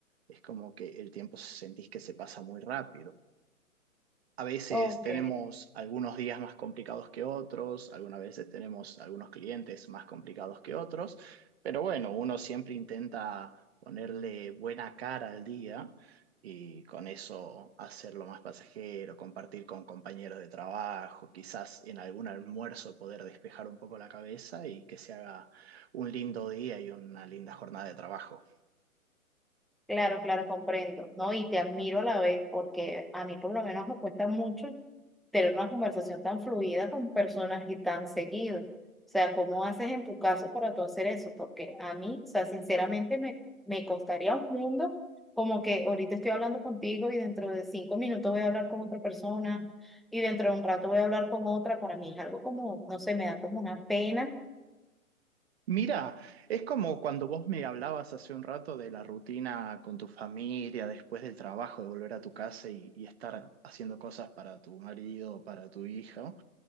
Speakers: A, on the right; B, in the centre.
A: es como que el tiempo sentís que se pasa muy rápido. A veces
B: Ok.
A: tenemos algunos días más complicados que otros, algunas veces tenemos algunos clientes más complicados que otros, pero bueno, uno siempre intenta ponerle buena cara al día y con eso hacerlo más pasajero, compartir con compañeros de trabajo, quizás en algún almuerzo poder despejar un poco la cabeza y que se haga un lindo día y una linda jornada de trabajo.
B: Claro, claro, comprendo, ¿no? Y te admiro a la vez, porque a mí por lo menos me cuesta mucho tener una conversación tan fluida con personas y tan seguido. O sea, ¿cómo haces en tu caso para tú hacer eso? Porque a mí, o sea, sinceramente me, me costaría un mundo como que ahorita estoy hablando contigo y dentro de cinco minutos voy a hablar con otra persona y dentro de un rato voy a hablar con otra. Para mí es algo como, no sé, me da como una pena
A: Mira, es como cuando vos me hablabas hace un rato de la rutina con tu familia, después del trabajo, de volver a tu casa y, y estar haciendo cosas para tu marido, para tu hija